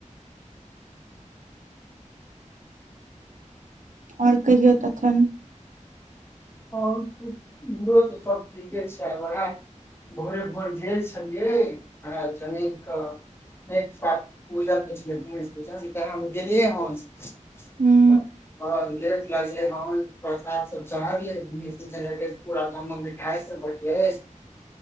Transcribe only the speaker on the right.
आओर कहियौ तखन।
हूँ